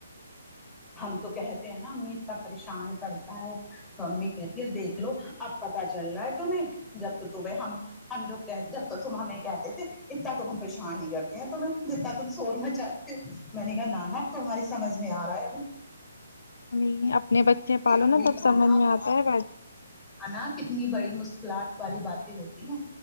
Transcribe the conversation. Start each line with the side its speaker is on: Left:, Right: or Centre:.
Centre: ہم تو کہتے ہیں نا امی اتنا پریشان کرتا ہے تو امی کہتی ہے دیکھ لو اب پتا چل رہا ہے تمہیں جب تو ت ہم ہم لوگ کہ جب تو تم ہمیں کہتے تھے <unintelligible> اتنا تو ہم پریشان ہی کرتے ہیں تمہیں جتنا تم شور مچا میں نے کہا نانا تہماری سمجھ میں آ رہا ہے امی
Left: ہم اپنے بچے پالو
Centre: کہ امی
Left: نا تب
Centre: بننا
Left: سمجھ میں آتا ہے ب
Centre: انا کتنی بڑی مشکلات والی باتیں ہوتی ہیں